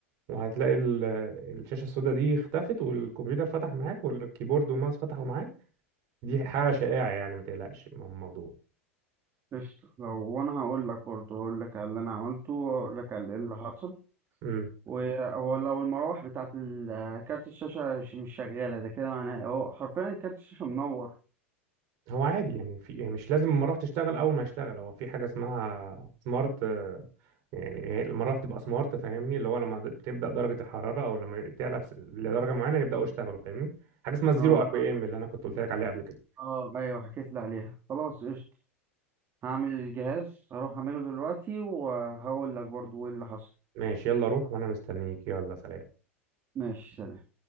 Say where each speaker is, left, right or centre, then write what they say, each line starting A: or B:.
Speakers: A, on the right; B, on the right.
A: وهتلاقي ال- الشاشة السوداء دي اختفت والكمبيوتر فتح معاك والكيبورد والماوس فتحوا معاك دي حالة شائعة يعني ما تقلقش من الموضوع
B: قشطة لو وانا هقول لك برضه هقول لك على اللي انا عملته واقول لك على اللي حصل
A: امم
B: وهو لو المراوح بتاعت ال- كارت الشاشة ش- مش شغالة ده كده معناه هو حرفيا كارت الشاشة منور
A: هو عادي يعني في يعني مش لازم المراوح تشتغل اول ما يشتغل هو في حاجة اسمها سمارت آه، يعني هي المراوح تبقى سمارت فاهمني اللي هو لما د- تبدأ درجة الحرارة او لما تعلى س- لدرجة معينة يبدأوا يشتغلوا فاهمني حاجة اسمها الزيرو
B: اه
A: ار بي
B: اه
A: ام اللي انا كنت قلت لك عليها قبل كده
B: آه، ايوه حكيت لي عليها خلاص قشطة هعمل الجهاز هروح اعمله دلوقتي وهقول لك برضو ايه اللي حصل
A: ماشي يلا روح وانا مستنيك يلا سلام
B: ماشي سلام